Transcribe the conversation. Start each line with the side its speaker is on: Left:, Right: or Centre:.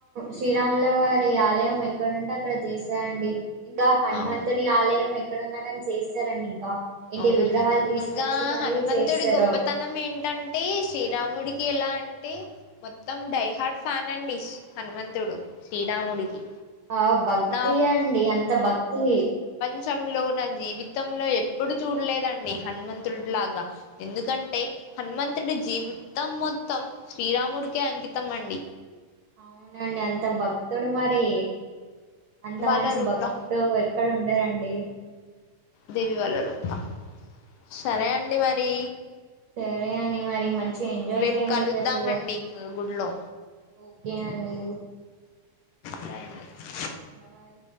Right: శ్రీరాముల వారి ఆలయం ఎక్కడంటే అక్కడ చేశారండి ఇంకా హనుమంతుని
Left: అవును
Right: ఆలయం ఎక్కడన్నా గానీ చేస్తారంండి ఇంకా ఏంటి
Left: అవునండి
Right: విగ్రహాలు తీసుకొచ్చి
Left: ఇంకా
Right: మరీ
Left: హనుమంతుడి
Right: చేస్తారు
Left: గొప్పతనం ఏంటంటే శ్రీరాముడికి ఎలా అంటే మొత్తం డై హార్ట్ ఫ్యాన్ అండి హనుమంతుడు శ్రీరాముడికి
Right: ఆ భక్తి
Left: నా
Right: అండి అంత భక్తి
Left: ంచ లో నా జీవితంలో ఎప్పుడు చూడలేదండి హనుమంతుడి లాగా ఎందుకంటే హనుమంతుడి జీవితం మొత్తం శ్రీరాముడికే అంకితం అండి
Right: అవునండి అంత భక్తుడు మరి అంత
Left: వాళ్ళ
Right: మంచి
Left: రూమ్లా
Right: భక్తుడు ఎక్కడ ఉండారంండి
Left: దేవి వాళ్ళ రూమ్ లా సరే అండి మరి
Right: సరే అండి మరి మంచి ఎంజాయ్
Left: రేపు
Right: చేయండి
Left: కలుద్దామండి
Right: రేపు
Left: గుడిలో
Right: ఓకే అండి
Left: రైట్
Right: బాయ్